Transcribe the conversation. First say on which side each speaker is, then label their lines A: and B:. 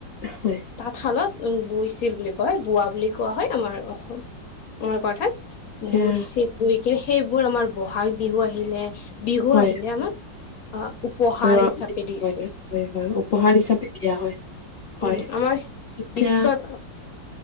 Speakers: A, on the left; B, on the left.
A: হয়
B: তাঁতশালত বৈছিল বুলি কোৱা হয়, বোৱা বুলি কোৱা হয়, আমাৰ অসম অৰ্থাৎ
A: এতিয়া
B: চপুৰি কিন্তু সেইবোৰ আমাৰ বহাগ বিহু আহিলে বিহু
A: হয়
B: আহিলে আমাক আহ উপহাৰ
A: আহ,
B: হিচাপে দিছে,
A: হয় হয় হয় উপহাৰ
B: উম।
A: হিচাপে দিয়া হয় হয়
B: উম আমাৰ
A: এতিয়া
B: বিশ্বত